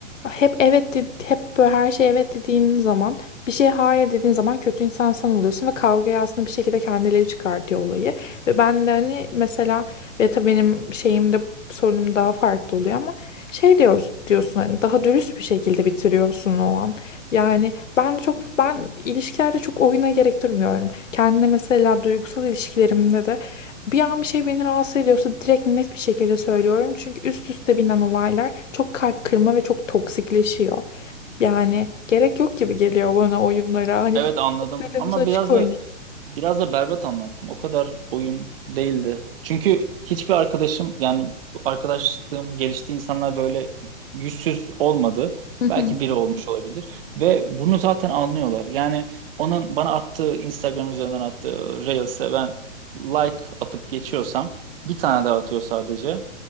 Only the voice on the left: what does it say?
hep evet de- hep böyle her şey evet dediğin zaman bir şey hayır dediğin zaman kötü insan sen oluyorsun ve kavgayı aslında bir şekilde kendileri çıkartıyor olayı. Ve ben de hani mesela ve tabii benim şeyimde sorunum daha farklı oluyor ama şey diyoruz diyorsun hani daha dürüst bir şekilde bitiriyorsun o an. Yani ben çok ben ilişkilerde çok oyuna gerek durmuyorum. Kendine mesela duygusal ilişkilerimde de bir an bir şey beni rahatsız ediyorsa direkt net bir şekilde söylüyorum. Çünkü üst üste binen olaylar çok kalp kırma ve çok toksikleşiyor. Yani gerek yok gibi geliyor bana oyunlara. Hani
bir
kartlarımızı
açık
oynayalım.
Hı
hı.